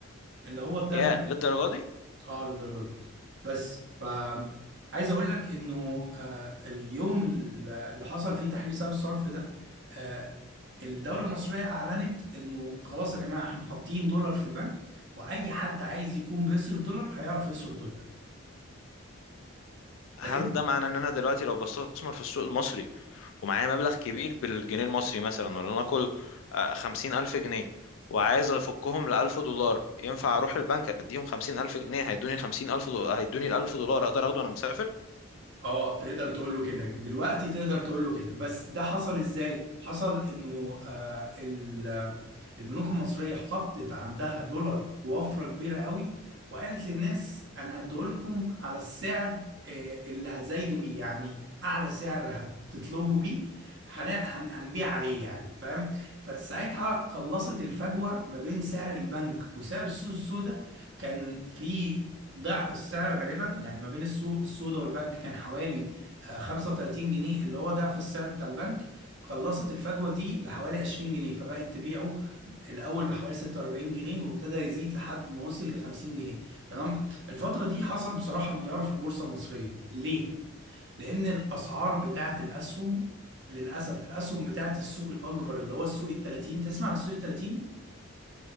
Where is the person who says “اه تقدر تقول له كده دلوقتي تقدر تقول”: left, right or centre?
Right